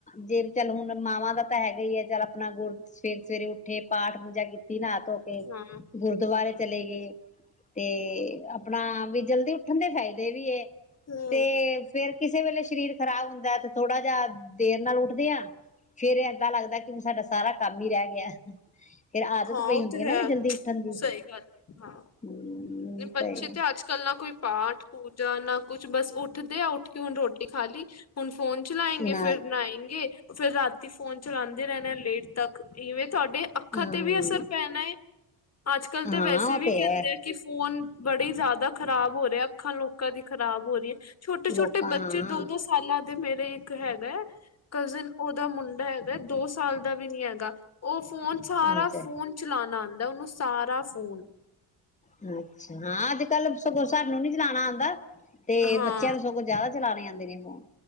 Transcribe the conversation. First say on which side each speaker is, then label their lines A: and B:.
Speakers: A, on the left (about 20°); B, on the left (about 40°).
A: ਜੇ ਚੱਲ ਹੁਣ ਮਾਵਾਂ ਦਾ ਤਾਂ ਹੈਗਾ ਆਪਣਾ ਗੁੜ ਸਵੇਰੇ ਸਵੇਰੇ ਉੱਠੇ ਪਾਠ ਪੂਜਾ ਕੀਤੀ ਨਾ ਕੇ
B: ਹਾਂ
A: ਗੁਰਦੁਆਰੇ ਤੇ ਆਪਣਾ ਵੀ ਜਲਦੀ ਉੱਠਣ ਦੇ ਫ਼ਾਇਦੇ ਵੀ ਏ
B: ਹੂੰ।
A: ਤੇ ਫੇਿਰ ਕਿਸੇ ਵੇਲੇ ਸਰੀਰ ਖ਼ਰਾਬ ਹੁੰਦਾ ਹੈ ਤੇ ਥੋੜਾ ਜਿਹਾ ਦੇਰ ਨਾਲ ਉੱਠਦੇ ਆ ਫੇਰ ਏਦਾਂ ਲੱਗਦਾ ਕਿ ਸਾਡਾ ਸਾਰਾ ਕੰਮ ਹੀ ਰਹਿ ਗਿਆ ਫੇਿਰ ਆਦਤ
B: ਹਾਂ
A: ਪਈ
B: ਉਹ
A: ਹੁੰਦੀ
B: ਤੇ
A: ਹੈ ਨਾ ਵੀ ਜਲਦੀ ਉੱਠਣ ਦੀ
B: ਸਹੀ ਗੱਲ ਏ ਹਾਂ।
A: ਹਮ
B: ਬੱਚੇ
A: ਸਹੀ
B: ਤੇ ਅੱਜ ਕੱਲ੍ਹ ਨਾ ਕੋਈ ਪਾਠ ਪੂ ਜਾਂ ਨਾ ਕੁੱਛ ਬਸ ਉੱਠਦੇ ਆ ਉੱਠ ਕੇ ਹੁਣ ਰੋਟੀ ਖਾ ਲਈ ਹੁਣ ਫੋਨ ਚਲਾਏਂ ਗੇ
A: ਨਾ
B: ਫਿਰ ਨਹਾਏਗੇ ਫੇਿਰ ਰਾਤੀ ਫੋਨ ਚਲਾਉਂਦੇ ਰਹਿੰਦੇ ਆ ਲੇਟ ਤੱਕ ਇਵੇਂ ਤੁਹਾਡੇ ਅੱਖਾਂ
A: ਹਮ
B: ਤੇ ਵੀ ਅਸਰ ਪੈਣਾ ਹੈ ਅੱਜ ਕੱਲ
A: ਹਾਂ
B: ਤੇ ਵੈਸੇ
A: ਉਹ
B: ਵੀ
A: ਤੇ
B: ਕਹਿੰਦੇ
A: ਹੈ
B: ਆ ਕਿ ਬੜੀ ਜਿਆਦਾ ਖ਼ਰਾਬ ਹੋ ਰਿਹਾ ਅੱਖਾਂ ਲੋਕਾਂ ਦੀ ਖ਼ਰਾਬ ਹੋ ਰਹੀ ਹੈ ਛੋਟੇ
A: ਲੋਕਾਂ
B: ਛੋਟੇ ਬੱਚੇ
A: ਹਾਂ
B: ਦੋ ਦੋ ਸਾਲਾਂ ਦੇ ਮੇਰੇ ਹੈਗਾ ਕਜ਼ਨ ਉਹਦਾ ਮੁੰਡਾ ਹੈਗਾ ਦੋ ਸਾਲ ਦਾ ਵੀ ਨੀ ਹੈਗਾ ਉਹ ਫੋਨ ਸਾਰਾ
A: ਅੱਛਾ
B: ਫੋਨ ਚਲਾਉਣਾ ਆਉਂਦਾ ਉਹਨੂੰ ਸਾਰਾ ਫੋਨ ਫੋਨ
A: ਅੱਛਾ ਹਾਂ ਅੱਜ ਕੱਲ ਸਗੋਂ ਸਾਨੂੰ ਨੀ ਚਲਾਣਾ ਆਉਂਦਾ ਤੇ
B: ਹਾਂ
A: ਬੱਚਿਆਂ ਨੂੰ ਸਗੋਂ ਜ਼ਿਆਦਾ ਚਲਾ ਲਈ ਆ ਜਾਂਦੇ ਨੇ ਫੋਨ